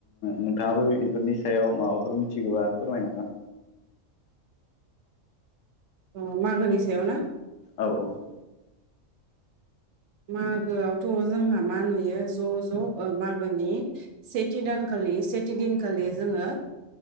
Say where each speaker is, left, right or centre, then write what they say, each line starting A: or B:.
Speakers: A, on the left; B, on the right.
A: नोंथाङाबो बेफोरनि सायाव माबाफोर मिथिगौबा फोरमायनो हर
B: अ मागोनि सायाव ना?
A: औ औ।
B: मागोआवथ' जोंहा मा नुयो ज' ज' ओ मागोनि सेथि दानखालि सेथि दिनखालि जोङो